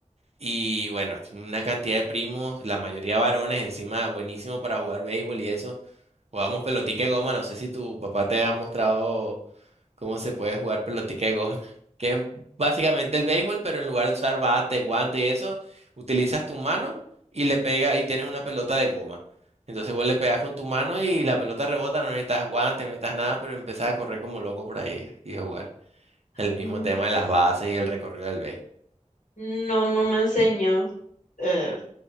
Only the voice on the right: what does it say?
y bueno, una cantidad de primos, la mayoría varones, encima buenísimo para jugar béisbol y eso. Jugábamos pelotica de goma, no sé si tu papá te ha mostrado cómo se puede jugar pelotica de goma, <laughs> que es básicamente el béisbol, pero en lugar de usar bate, guante y eso, utilizas tu mano y le pegas y tienes una pelota de goma. Entonces vos le pegas con tu mano y la pelota rebota, no necesitas guante, no necesitas nada, pero empezás a correr como loco por ahí y a jugar. El mismo
tema de las bases y el recorrido del béisbol.